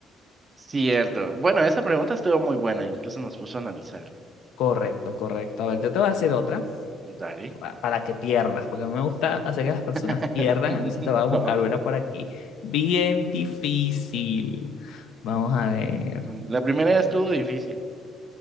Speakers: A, on the right; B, on the left.
A: cierto. Bueno, esa pregunta estuvo muy buena, incluso nos puso a analizar.
B: Correcto, correcto. A ver, yo te voy a hacer otra
A: Dale.
B: pa- para que pierdas, porque a mí me gusta hacer que las personas
A: <laughs>
B: pierdan, entonces te voy a buscar
A: No.
B: una por aquí. Bien difícil. Vamos a ver.
A: Mm, La primera ya estuvo difícil.